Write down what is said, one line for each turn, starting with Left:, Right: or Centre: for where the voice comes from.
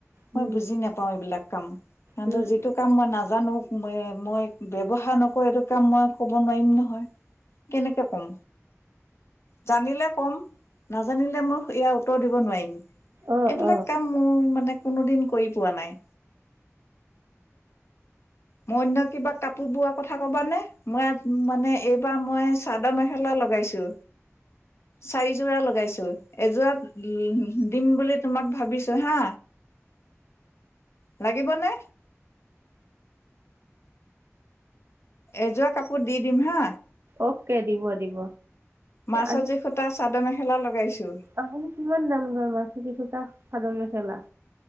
Left: মই
Right: উম
Left: বুজি নাপাও এইবিলাক কাম, কাৰন
Right: উম,
Left: যিটো কাম মই নাজানো। ম - মই ব্যৱহাৰ নকৰো এইটো কাম মই কব নোৱাৰিম নহয়। কেনেকে কম। জানিলে ক'ম নাজানিলে মই এয়া উত্তৰ দিব নোৱাৰিম।
Right: অ
Left: এইবিলাক
Right: অ
Left: কাম মোৰ মানে কোনো দিন কৰি পোৱা নাই। মই অন্য কিবা কাপোৰ বোৱা কথা কবানে মই মানে এইবাৰ মই চাদৰ মেখেলাত লগাইছো। চাৰিযোৰা লগাইছো এযোৰা দিম বুলি তোমাক ভাবিছো হা। লাগিবনে? এযোৱা কাপোৰ দি দিম হা।
Right: অ'কে দিব দিব।
Left: মাৰ্চাত
Right: আজ
Left: জৰি সূতা চাদৰ মেখেলা লগাইছো।
Right: আহান কিমান দাম গৰ মাতি সুতা <unintelligible> খাদৰ মেছলা।